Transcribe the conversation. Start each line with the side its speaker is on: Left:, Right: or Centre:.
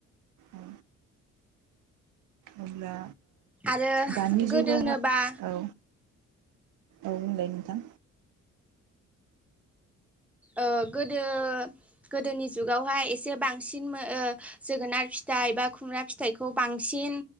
Right: औ अब्ला
Centre: आरो
Right: दानि
Centre: गोदो
Right: जुगावहाय
Centre: होनोबा
Right: औ औ दे नोंथां
Centre: ओ गोदो गोदोनि जुगावहाय एसे बांसिन जोगोनार फि फिथाइ बा खुमब्रा फिथाइखौ बांसिन